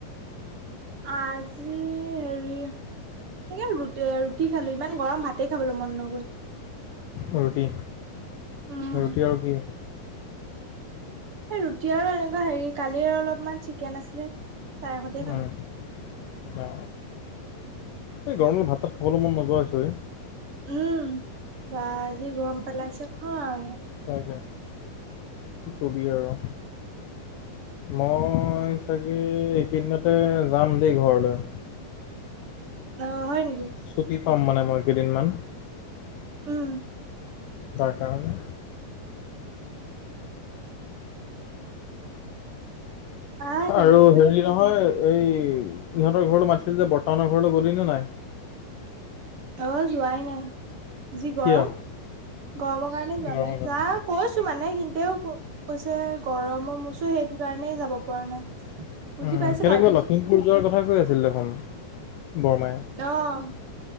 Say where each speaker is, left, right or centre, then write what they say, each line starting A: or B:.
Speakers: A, on the right; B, on the left.
A: আজি হেৰি সে ৰু ৰুটি খালোঁ ইমান গৰম ভাতে খাবলৈ মন নগ'ল।
B: ৰুটি
A: উম
B: ৰুটি আৰু কি?
A: ৰুটি আৰু এনেকুৱা হেৰি কালি আৰু অলপমান চিকেন আছিলে। তাৰে সৈতে খালো
B: অ এই গৰম দিনত ভাত-চাত খাবলৈ মন নোযোৱা হৈছে বে।
A: উম বা আজি গৰম পেলাইছে নহয়।
B: তাকে কবি আৰু মই চাগে এইকেইদিনতে যাম দেই ঘৰলৈ।
A: অ হয় নেকি?
B: ছুটি পাম মানে মই কেইদিনমান।
A: উম
B: তাৰ কাৰণে।
A: আহ তেনেহলে
B: আৰু হেৰি নহয় এই ইহঁতৰ ঘৰলৈ মাতিছিল যে বৰ্তানৰ ঘৰলৈ গ'লি নে নাই?
A: অ যোৱাই নাই। যি গৰম
B: কিয়?
A: গৰমৰ কাৰণে যোৱা
B: গৰমৰ
A: নাই
B: কাৰণে।
A: যা কৈছো মানে দেও কৈছে গৰমৰছো সেইটো কাৰণেই যাব পৰা নাই বুজি
B: উম
A: পাইছে
B: কেনেকিবা
A: বাৰু দে
B: লখিমপুৰ যোৱাৰ কথা কৈ আছিল দেখোন বৰমাই।
A: আহ